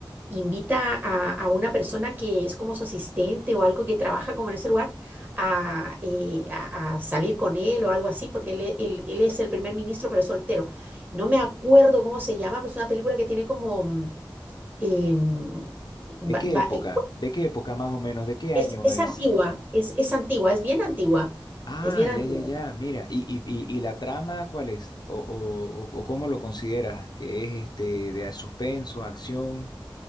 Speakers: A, on the right; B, on the left.
A: invita a, a una persona que es como su asistente o algo que trabaja como en ese lugar a, eh, a- a salir con él o algo así, porque él, e- él- él es el primer ministro pero es soltero. No me acuerdo cómo se llama, pero es una película que tiene como... mm, em, va-
B: ¿De qué
A: va-
B: época?
A: eh,
B: ¿De qué época más o menos? ¿De qué
A: es,
B: año
A: es
B: es?
A: antigua, es, es antigua, es bien antigua,
B: Ah,
A: es bien
B: ya,
A: antigua.
B: ya, ya, mira, ¿y, y, y, y la trama cuál es? ¿O, o, o- o cómo lo consideras? ¿Que es este de suspenso, acción,